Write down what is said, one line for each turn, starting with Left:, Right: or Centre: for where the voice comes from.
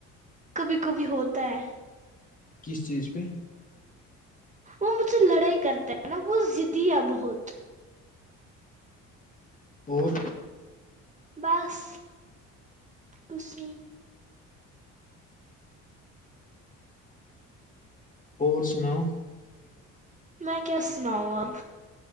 Right: کبھی کبھی ہوتا ہے
Left: کس چیز پہ
Right: وہ مجھے لڑائی کرتا ہے نا وہ دیا بہت
Left: اور
Right: بس کھ نہیں
Left: اور سناؤ ٹھیک ہے
Right: میں کیا سناؤں اب